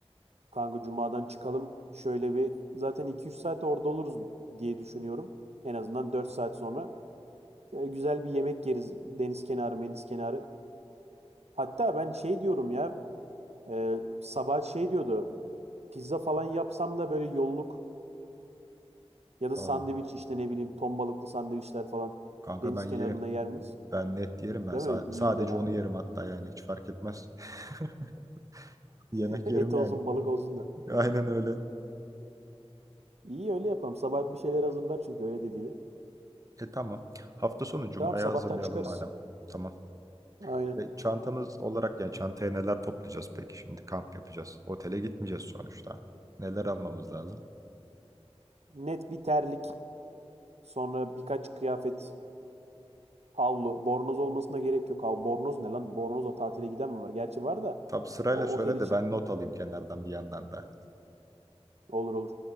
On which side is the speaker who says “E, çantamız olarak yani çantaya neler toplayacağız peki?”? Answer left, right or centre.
Right